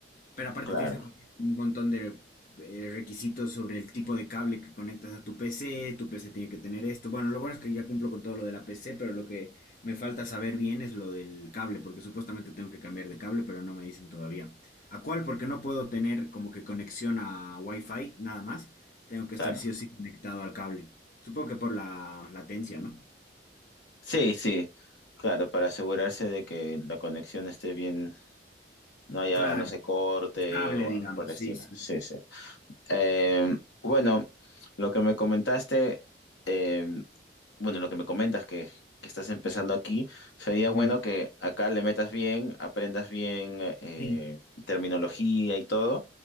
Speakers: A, on the left; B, on the left.
A: Pero aparte
B: claro,
A: tienes que cumplir un montón de eh, requisitos sobre el tipo de cable que conectas a tu PC, tu PC tiene que tener esto. Bueno, lo bueno es que ya cumplo con todo lo de la PC, pero lo que me falta saber bien es lo del cable, porque supuestamente tengo que cambiar de cable, pero no me dicen todavía. ¿A cuál? Porque no puedo tener como que conexión a Wi-Fi, nada más. Tengo que
B: claro.
A: estar sí o sí conectado al cable. Supongo que por la latencia, ¿no?
B: Sí, sí, claro, para asegurarse de que la conexión esté bien, no haya,
A: Claro,
B: no se corte
A: estable,
B: o algo
A: digamos,
B: por el estilo.
A: sí, sí.
B: Sí, sí. Eh, bueno, lo que me comentaste, eh, bueno, lo que me comentas que, que estás empezando aquí, sería
A: Ujú,
B: bueno que acá le metas bien, aprendas bien eh,
A: Sí,
B: terminología y todo,